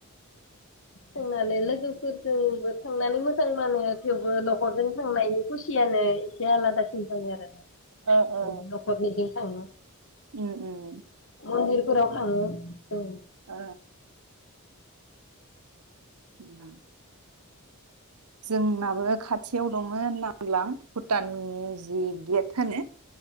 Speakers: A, on the left; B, on the right.
A: थांनानै लोगोफोरजोंबो थांनानै मोजां नाङो थेवबो न'खरजों थांनायनि खुसियानो एसे आलादासिन जायो आरोना।
B: ओ ओ
A: न'खरनिजों थाङो।
B: उम उम
A: मन्दिरफोराव थाङो उम
B: ओ उम जोंनाबो खाथियाव दङो नांब्लां। भुटाननि जि गेट थानो